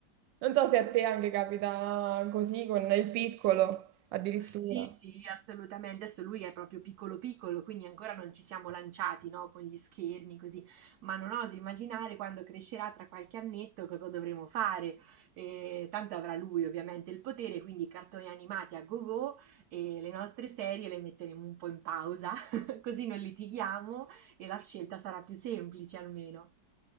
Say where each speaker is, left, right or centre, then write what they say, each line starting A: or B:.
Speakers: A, on the right; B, on the right.
A: Non so se a te anche capita così con il piccolo, addirittura.
B: Sì, sì, assolutamente. Adesso lui è proprio piccolo piccolo, quindi ancora non ci siamo lanciati, no, con gli schermi così, ma non oso immaginare quando crescerà tra qualche annetto cosa dovremo fare. Eh, tanto avrà lui ovviamente il potere, quindi cartoni animati a go-go e le nostre serie le metteremo un po' in pausa, <laughs> così non litighiamo e la scelta sarà più semplice almeno.